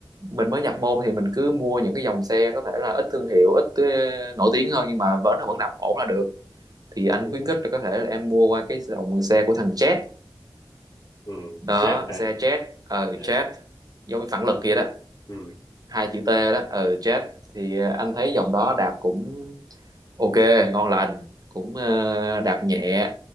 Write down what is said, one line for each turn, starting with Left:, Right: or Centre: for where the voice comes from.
Right: mình mới nhập môn thì mình cứ mua những cái dòng xe có thể là ít thương hiệu ít ờ, nổi tiếng hơn nhưng mà vẫn là vẫn đạp ổn là được thì anh
Left: Ừ,
Right: khuyến khích là có thể là em mua qua cái dòng xe của thằng Jet
Left: ừ,
Right: đó
Left: jet hả?
Right: xe Jet ờ Jet
Left: Dạ.
Right: giống như phản lực kia đó
Left: Ừ,
Right: hai chữ T đó ờ Jet thì ờ, anh thấy dòng đó đạp cũng ok ngon lành cũng ờ, đạp nhẹ